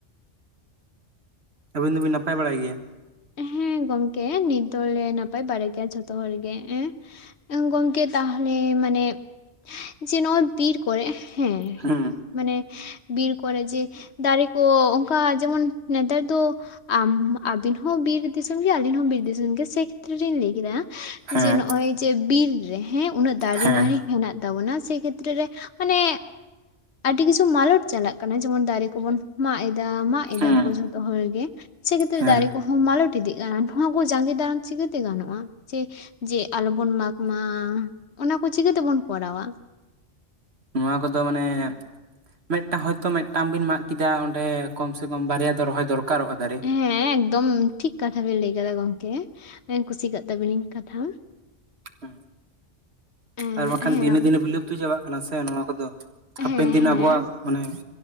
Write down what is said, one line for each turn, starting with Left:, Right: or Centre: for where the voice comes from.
Right: ᱟᱹᱵᱤᱱ ᱫᱚᱵᱤᱱ ᱱᱟᱯᱟᱭ ᱵᱟᱲᱟ ᱜᱮᱭᱟ
Left: ᱦᱮᱸ ᱜᱚᱝᱠᱮ ᱱᱤᱛ ᱫᱚᱞᱮ ᱱᱟᱯᱟᱭ ᱵᱟᱲᱟ ᱜᱮᱭᱟ ᱡᱷᱚᱛᱚ ᱦᱚᱲ ᱜᱮ ᱦᱮᱸ ᱜᱚᱢᱠᱮ ᱛᱟᱦᱚᱞᱮ ᱢᱟᱱᱮ ᱡᱮ ᱱᱚᱜ-ᱚᱭ ᱛᱤᱨ ᱠᱚᱨᱮ ᱦᱮᱸ
Right: ᱦᱩᱸ
Left: ᱢᱟᱱᱮ ᱵᱤᱨ ᱠᱚᱨᱮ ᱡᱮ ᱫᱟᱨᱮ ᱠᱚ ᱚᱱᱠᱟ ᱡᱮᱢᱚᱱ ᱱᱮᱛᱟᱨ ᱫᱚ ᱟᱢ ᱟᱹᱵᱤᱱ ᱦᱚᱸ ᱵᱤᱨ ᱫᱤᱥᱚᱢ ᱜᱮ ᱟᱹᱞᱤᱧ ᱦᱚᱸ ᱵᱤᱨ ᱫᱤᱥᱚᱢ ᱜᱮ ᱥᱮ ᱠᱷᱮᱛᱨᱮ ᱞᱤᱧ ᱞᱟᱹᱭ ᱠᱮᱫᱟ
Right: ᱦᱮᱸ
Left: ᱡᱮ ᱱᱚᱜ-ᱚᱭ ᱡᱮ ᱵᱤᱨ ᱨᱮ ᱦᱮᱸ ᱩᱱᱟᱹᱜ ᱫᱟᱨᱮ
Right: ᱦᱮᱸ
Left: ᱱᱟᱲᱤ ᱦᱮᱱᱟᱜ ᱛᱟᱵᱚᱱᱟ ᱥᱮ ᱠᱷᱮᱛᱨᱮ ᱨᱮ ᱢᱟᱱᱮ ᱟᱹᱰᱤ ᱠᱤᱪᱷᱩ ᱢᱟᱞᱚᱴ ᱪᱟᱞᱟᱜ ᱠᱟᱱᱟ ᱡᱮᱢᱚᱱ ᱫᱟᱨᱮ ᱠᱚᱵᱚᱱ ᱢᱟᱜᱽ ᱮᱫᱟ ᱢᱟᱜ ᱮᱫᱟ
Right: ᱦᱩᱸ
Left: ᱠᱚ ᱡᱷᱚᱛᱚ ᱦᱚᱲ ᱜᱮ ᱥᱮᱠᱷᱮᱛ
Right: ᱦᱮᱸ
Left: ᱨᱮ ᱫᱟᱨᱮ ᱠᱚ ᱦᱚᱸ ᱢᱟᱞᱚᱴ ᱤᱫᱤᱜ ᱠᱟᱱᱟ ᱱᱚᱣᱟ ᱠᱚ ᱡᱟᱸᱜᱮ ᱫᱟᱨᱟᱢ ᱪᱤᱠᱟᱹᱛᱮ ᱜᱟᱱᱚᱜᱼᱟ ᱡᱮ ᱡᱮ ᱟᱞᱚᱵᱚᱱ ᱢᱟᱜᱽ ᱢᱟ ᱚᱱᱟ ᱠᱚ ᱪᱤᱠᱟᱹᱛᱮ ᱵᱚᱱ ᱠᱚᱨᱟᱣᱟ
Right: ᱱᱚᱣᱟ ᱠᱚᱫᱚ ᱢᱟᱱᱮ ᱢᱮᱴᱴᱟᱝ ᱦᱚᱭ ᱛᱚ ᱢᱮᱴ ᱴᱟᱝ ᱵᱤᱱ ᱢᱟᱜᱽ ᱠᱮᱫᱟ ᱚᱸᱰᱮ ᱠᱚᱢ ᱥᱮ ᱠᱚᱢ ᱵᱟᱨᱭᱟ ᱫᱚ ᱨᱚᱦᱚᱭ ᱫᱚᱨᱠᱟᱨᱚᱜᱼᱟ ᱫᱟᱨᱮ
Left: ᱦᱮᱸ ᱮᱠᱫᱚᱢ ᱴᱷᱤᱠ ᱠᱟᱛᱷᱟ ᱵᱮᱱ ᱞᱟᱹᱭ ᱠᱟᱫᱟ ᱜᱚᱝᱠᱮ ᱠᱩᱥᱤ ᱠᱟᱜ ᱛᱟᱵᱤᱱᱟᱹᱧ ᱠᱟᱛᱷᱟ
Right: ᱦᱩᱸ
Left: ᱮᱸ
Right: ᱟᱨ ᱵᱟᱝ ᱠᱷᱟᱱ
Left: ᱦᱮᱸ
Right: ᱫᱤᱱᱮ ᱫᱤᱱᱮ ᱵᱤᱞᱩᱯᱛᱚ ᱪᱟᱵᱟᱜ ᱠᱟᱱᱟ ᱥᱮ ᱱᱚᱣᱟ ᱠᱚᱫᱚ ᱦᱟᱯᱮᱱ
Left: ᱦᱮᱸ
Right: ᱫᱤᱱ
Left: ᱦᱮᱸ
Right: ᱟᱵᱚᱣᱟᱜ ᱢᱟᱱᱮ